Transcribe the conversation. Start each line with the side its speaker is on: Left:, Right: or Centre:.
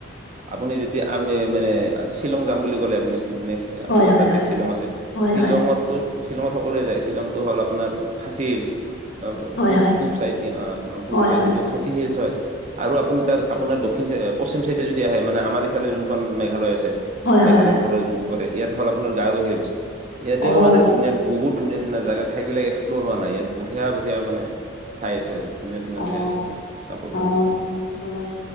Right: আপুনি যেতিয়া আমি মানে শ্বিলং যাম বুলি ক'লে আপুনি নেক্সট
Left: হয়
Right: আপোনাৰ
Left: হয়
Right: তাতকে
Left: হয়
Right: শ্বিলং আছে
Left: হয়
Right: শ্বিলংৰতটো
Left: হয়
Right: শ্বিলঙত সকলোৱে যায় শ্বিলংটো হ'ল আপোনাৰ খাচী শিলছ। পূব-পূব
Left: হয় হয়
Right: চাইড অ,
Left: হয়
Right: পূব চাইড
Left: হয়
Right: সেইটো খাচি শিলচ হয় আৰু আপুনি তাৰ আপোনাৰ দক্ষিণ চাই পশ্চিম চাইডে যদি আহে মানে আমাৰ ইফালে যোনখন মেঘালয় আছে।
Left: হয়
Right: মেঘালয়
Left: হয় হয়
Right: বৰ্ডাৰ যোনটো পৰে ইয়াত হ'ল আপোনাৰ গাৰো শিলচ ইয়াতেও
Left: অঁ
Right: মানে ধুনীয়া বহুত ধুনীয়া-ধুনীয়া জেগা ঠাইিলাক এক্সপ্লৰ হোৱা নাই ইয়াত বঢ়িয়া য়া মানে ঠাই আছে আৰু ধুনীয়া-ধুনীয়া
Left: অঁ
Right: ঠাই আছে চাবলে।
Left: অঁ মই